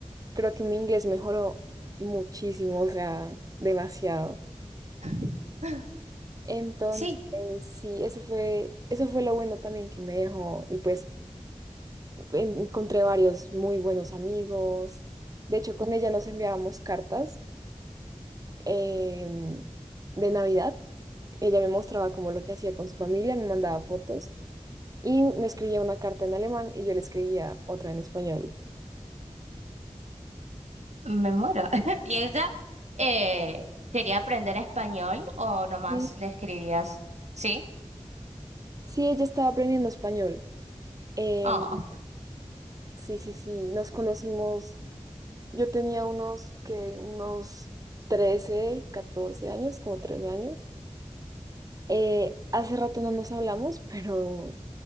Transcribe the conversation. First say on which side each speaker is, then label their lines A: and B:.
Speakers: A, on the right; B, on the right.
A: creo que mi inglés mejoró muchísimo, o sea, demasiado.
B: <laughs>
A: Entonces,
B: Sí.
A: sí, eso fue, eso fue lo bueno también que me dejó y pues en- encontré varios muy buenos amigos. De hecho, con ella nos enviábamos cartas em, de Navidad. Ella me mostraba como lo que hacía con su familia, me mandaba fotos y me escribía una carta en alemán y yo le escribía otra en español.
B: Me muero. <laughs> ¿Y ella eh, quería aprender español o nomás
A: Sí.
B: le escribías? ¿Sí?
A: Sí, ella estaba aprendiendo español. Em,
B: Oh.
A: sí, sí, sí, nos conocimos. Yo tenía unos que unos 13 14 años, como 13 años. Eh, hace rato no nos hablamos, pero,